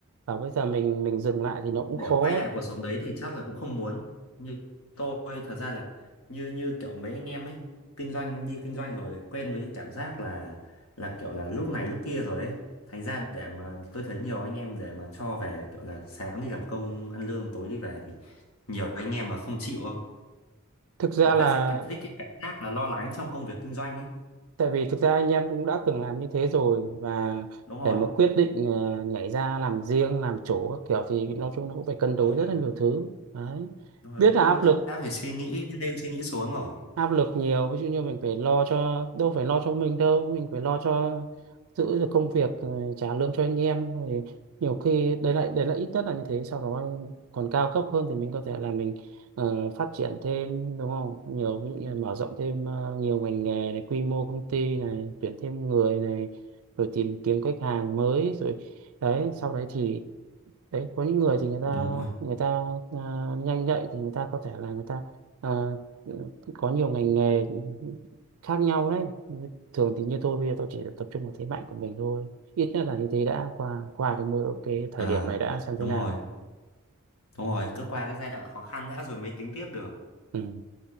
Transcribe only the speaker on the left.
để
quay lại cuộc sống đấy thì chắc là cũng không muốn như tôi thật ra là như như kiểu mấy anh em ấy kinh doanh đi kinh doanh rồi quen với cái cảm giác là là kiểu là lúc này lúc kia rồi ấy thành ra để mà tôi thấy nhiều anh em để mà cho về kiểu là sáng đi làm công ăn lương tối đi về thì nhiều anh em mà không chịu đâu.
người ta
sẽ cái- thích cái cảm giác là lo lắng trong công việc kinh doanh ấy
đúng rồi
đúng
rồi
đúng rồi
cũng
đã phải suy nghĩ lên suy nghĩ xuống rồi
đúng rồi
à
đúng
rồi Đúng rồi, cứ qua cái giai đoạn khó khăn đã rồi mới tính tiếp được.